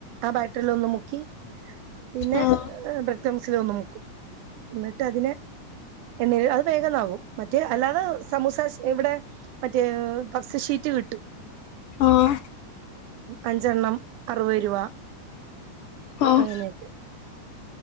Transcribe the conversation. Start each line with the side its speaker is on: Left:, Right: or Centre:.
Right: ആ ബാറ്ററില്ല ഒന്ന് മുക്കി പിന്നെ
Left: ആഹ്
Right: ബ്രഡ്ക്രം സിൽ ഒന്ന് മുക്കും എന്നിട്ട് അതിനെ എണ്ണ അത് വേഗന്നാവും മറ്റേ അല്ലാതെ സമൂസ ഇവിടെ മറ്റേ പഫ്സ ഷീറ്റ് കിട്ടും
Left: ആഹ്
Right: അഞ്ചെണ്ണം അറുപത് രൂപ
Left: ആഹ്
Right: അങ്ങനെയൊക്കെ